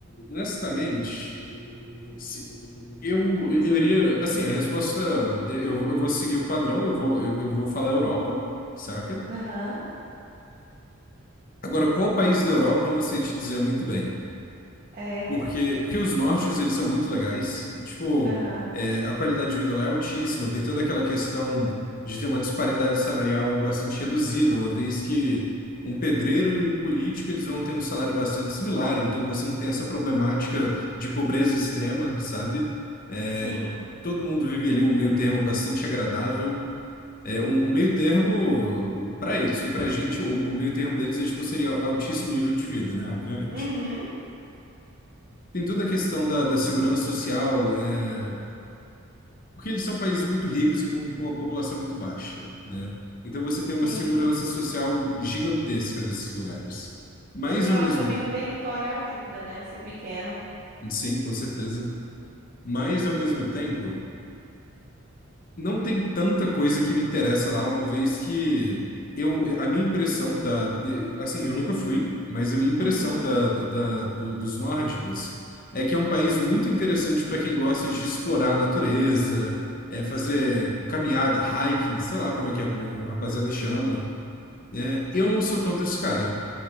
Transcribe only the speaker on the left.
honestamente, se- eu, eu iria. Assim, a resposta. Eu, eu vou seguir o padrão, eu vou, eu, eu vou falar Europa, saca?
Agora, qual país da Europa, eu não sei te dizer muito bem.
Porque, porque os nórdicos, eles são muito legais. Tipo,
é, a qualidade de vida lá é altíssima. Tem toda aquela questão de ter uma disparidade salarial bastante reduzida, uma vez que um pedreiro e um político, eles vão ter um salário bastante similar. Então, você não tem essa problemática de pobreza extrema, sabe? É,
todo mundo vive ali um meio termo bastante agradável. É, um, um meio termo para eles. E para a gente, o, o meio termo deles é, tipo, seria altíssimo nível de vida, né? Obviamente.
Tem toda a questão da, da segurança social, é, porque eles são países muito ricos e com, com uma população muito baixa, né? Então você tem
uma segurança social gigantesca nesses lugares. Mas
ao
mesmo,
sim, com certeza. Mas ao mesmo tempo não tem tanta coisa que me interessa lá, uma vez que eu, a minha impressão da, eh, assim, eu nunca fui, mas a minha impressão
da, da, da- do- dos nórdicos é que é um país muito interessante para quem gosta de explorar a natureza, é, fazer caminhada, hiking, sei lá como é que a rapaziada chama, né? Eu não sou tanto esse cara.